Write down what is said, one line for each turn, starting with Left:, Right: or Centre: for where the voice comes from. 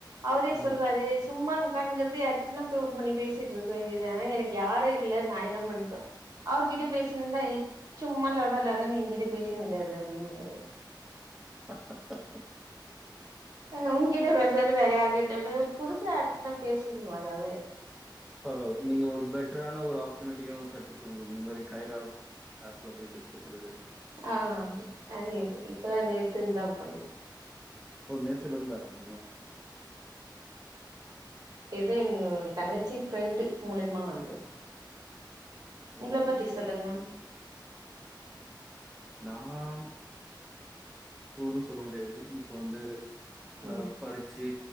Right: அவரே
Centre: ஆ
Right: சொல்வாரு சும்மா உட்கான்னிங்குறது யாருகிட்டன போய் போன் பண்ணி பேசிட்டு இருக்க வேண்டியதுதனா எனக்கு யாரே இல்ல நான் என்ன பண்ணிட்டோம் அவர்கிட்ட பேசினுந்தா ஏ சும்மா லொட லொடன்னு எங்கிட்ட பேசினு இருக்காது அப்படின்னுவாரு
Centre: ஆஹ் ஹாஹா
Right: உன்கிட்ட பேசாது வேற யாருக்கிட்ட புதுசா யாருக்கிட்டனா பேசுன்னு வாரே அவரே
Centre: பரவா நீங்க ஒரு பெட்டரான ஒரு ஆபர்ச்சுனிட்டியும் கெச்சிச்சு உங்களுக்கு இந்த மாரி கைரா ஆப்ல போயிட்டு பேசுறது
Right: ஆஹ் இப்பதான் நேட்டு இருந்தான் பண்ணு
Centre: ஓ நேத்துலந்தா ஆமா
Right: ஏதோ என் தங்கச்சி பிரெண்டு் மூலயமா வந்தது உங்கள
Centre: ஓகே
Right: பத்தி சொல்லுங்க
Centre: நான் ஊரும்ன்னு சொல்ல முடியாது இப்ப வந்து
Right: ம்
Centre: அஹ் படிச்சி